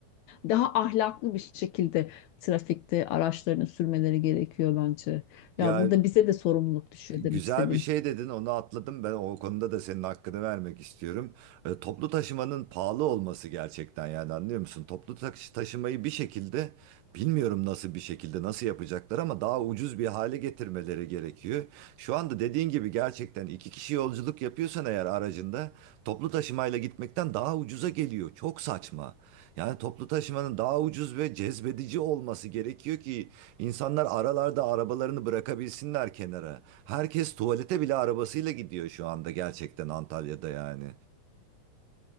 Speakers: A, on the left; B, on the right.
A: daha ahlaklı bir şekilde trafikte araçlarını sürmeleri gerekiyor bence.
B: Ya
A: Ya burada bize de sorumluluk düşüyor
B: güzel
A: demek istedim.
B: bir şey dedin onu atladım ben o konuda da senin hakkını vermek istiyorum. E, toplu taşımanın pahalı olması gerçekten yani anlıyor musun? Toplu taşı- taşımayı bir şekilde bilmiyorum nasıl bir şekilde nasıl yapacaklar ama daha ucuz bir hale getirmeleri gerekiyor. Şu anda dediğin gibi gerçekten iki kişi yolculuk yapıyorsan eğer aracında toplu taşımayla gitmekten daha ucuza geliyor. Çok saçma. Yani toplu taşımanın daha ucuz ve cezbedici olması gerekiyor ki insanlar aralarda arabalarını bırakabilsinler kenara. Herkes tuvalete bile arabasıyla gidiyor şu anda gerçekten Antalya'da yani.